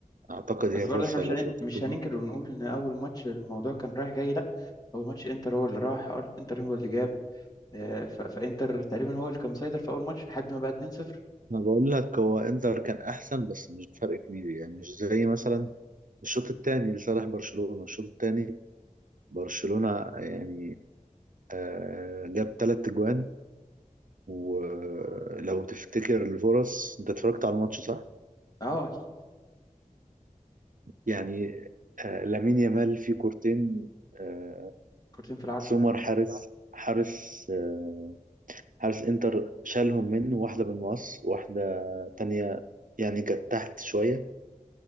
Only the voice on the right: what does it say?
أعتقد هي
فرصة
ولا
فرصتين
أنا بقول لك هو إنتر كان أحسن بس مش فرق كبير يعني مش زي مثلا الشوط الثاني لصالح برشلونة الشوط الثاني برشلونة يعني آه، جاب ثلاث اجوان ولو تفتكر الفرص انت اتفرجت على الماتش صح؟
يعني آه، لامين يامال في كورتين آه،
سومر حارس حارس آه، حارس انتر شالهم منه واحدة بالمقص واحدة تانية يعني كانت تحت شوية